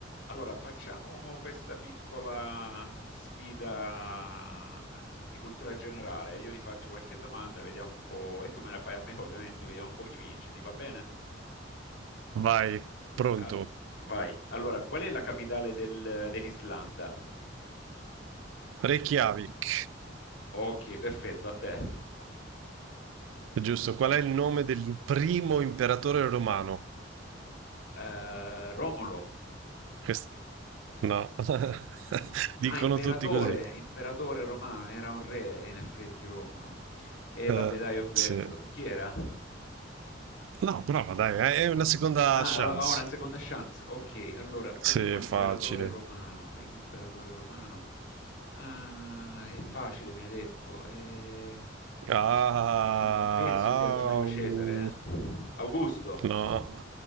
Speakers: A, on the left; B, on the right.
A: Allora, facciamo questa piccola sfida di cultura generale. Io ti faccio qualche domanda, vediamo un po', e tu me la fai a me, ovviamente, vediamo un po' chi vince. Ti va bene?
B: Vai, pronto.
A: Al- Vai. Allora, qual è la capitale del- dell'Islanda?
B: Reykjavik,
A: Ok, perfetto, a te.
B: giusto. Qual è il nome del primo imperatore romano?
A: Eh, Romolo.
B: Quest- No, <laughs> dicono
A: Ah, imperatore,
B: tutti così.
A: imperatore romano, era un re, in effetti Romolo. E
B: Eh,
A: vabbè, dai, ho perso.
B: sì.
A: Chi era?
B: No, prova, dai, è è una seconda
A: Ah,
B: chance.
A: va- ho una seconda chance. Ok, allora, primo
B: Sì, è
A: imperatore
B: facile.
A: romano, primo imperatore romano. Ah, è facile, mi ha detto. Eh,
B: Ah,
A: no- no- non penso sia Giulio Cesare,
B: au.
A: eh? Augusto.
B: no,
A: <laughs>